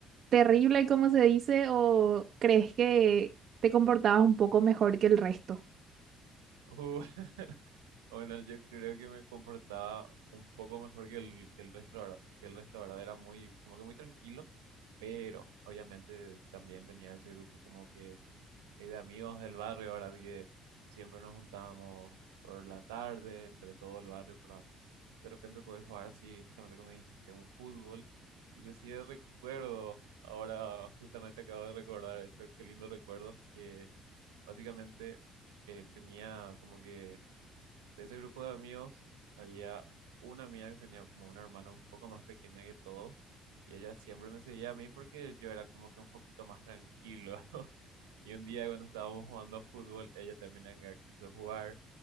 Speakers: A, on the right; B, on the right.
A: terrible, como se dice, o crees que te comportabas un poco mejor que el resto?
B: Uh, <laughs> bueno, yo creo que me comportaba un poco mejor que el, que el resto, ¿verdad? Que el resto, ¿verdad? Era muy, como que muy tranquilo, pero obviamente también tenía ese grupo como que eh, de amigos del barrio, ¿verdad? Que siempre nos juntábamos por la tarde entre todo el barrio para de repente poder jugar así, justamente como dijiste, un fútbol. Inclusive recuerdo, ahora justamente acabo de recordar esto, qué lindo recuerdo, que básicamente eh, tenía como que de ese grupo de amigos había una amiga que tenía como una hermana un poco más pequeña que todos y ella siempre me seguía a mí porque yo era como que un poquito más tranquilo. <laughs> Y un día cuando estábamos jugando fútbol, ella también anga quiso jugar